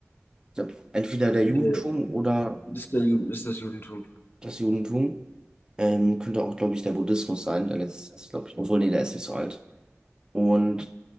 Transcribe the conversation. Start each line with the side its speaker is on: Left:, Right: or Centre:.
Right: Ich glaube, entweder der Judentum
Left: Äh,
Right: oder
Left: Ist der Juden, ist das Judentum.
Right: das Judentum. Ähm, könnte auch, glaube ich, der Buddhismus sein, der letzte, glaube ich, obwohl, nee, der ist nicht so alt. Und